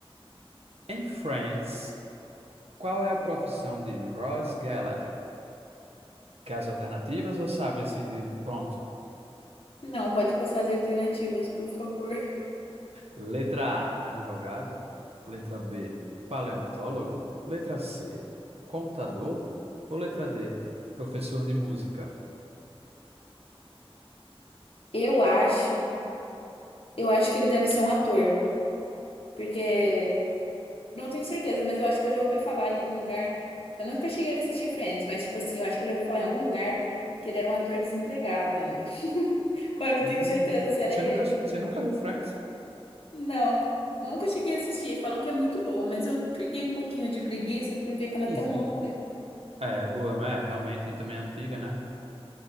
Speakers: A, on the right; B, on the left.
A: Em Friends, qual é a profissão de Ross Geller? Quer as alternativas ou sabe assim de pronto?
B: Não, pode passar as alternativas, por favor. <laughs>
A: Letra A, advogado. Letra B, paleontólogo. Letra C, contador. Ou letra D, professor de música?
B: Eu acho. Eu acho que ele deve ser um ator, porque Não tenho certeza, mas eu acho que eu já ouvi falar em algum lugar. Eu nunca cheguei a assistir Friends, mas, tipo assim, eu acho que eu já ouvi falar em algum lugar que ele era um ator desempregado ainda. <laughs> Mas eu não
A: Hum,
B: tenho certeza se era
A: Você
B: ele.
A: nunca, você nunca viu Friends?
B: Não, nunca cheguei a assistir. Falam que é muito boa, mas eu peguei um pouquinho de preguiça por ver que ela
A: <laughs>
B: é tão longa.
A: É, boa, é realmente também é antiga, né?